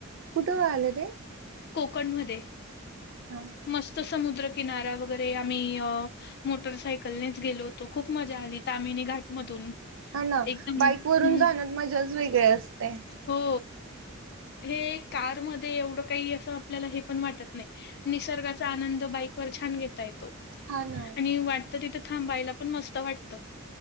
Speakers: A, on the right; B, on the left.
A: कुठु आले ते
B: कोकणमध्ये
A: हां.
B: मस्त समुद्रकिनारा वगैरे आम्ही अ मोटरसायकलनेच गेलो होतो खूप मजा आली तामिनी घाटमधून
A: हा ना
B: एकदम
A: बाईक
B: हं,
A: वरून जाण्यात मजाच वेगळे असते.
B: हो. हे कारमध्ये एवढं काही असं आपल्याला हे पण वाटत नाही निसर्गाच आनंद बाईक वर छान घेता येतो
A: हा ना
B: आणि वा. ता तिथं थांबायला पण मस्त वाटतं.